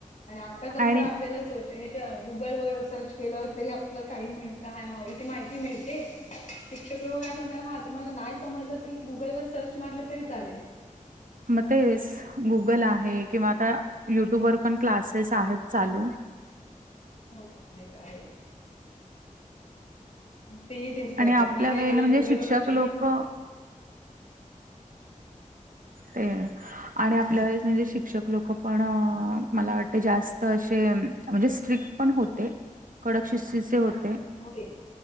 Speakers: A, on the left (about 70°); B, on the right (about 80°).
A: आणि आता कसं
B: आणि
A: आपल्याला सोश ह्याच्या गुगल वगैरे सर्च केलं तरी आपल्याला काही मिळ हवी इथे माहिती मिळते. शिक्षक लोक काय म्हणतात हा तुम्हाला नाय समजलं तरी गुगल वर सर्च मारलं तरी चालेल.
B: म ते गुगल आहे किंवा आता युट्यूब वर पण क्लासेस आहेत चालू
A: हो आहेत आहेत. तेही तेच करतात
B: आणि आपल्या
A: नाय काय
B: वेळेला
A: कळलं
B: म्हणजे
A: की गुगलवर
B: शिक्षक
A: सर्च
B: लोक
A: करून
B: ते आणि आपल्यावेळेस म्हणजे शिक्षक लोक पण मला वाटते जास्त असे म्हणजे स्ट्रिक पण होते. कडक शिस्तीचे होते
A: होते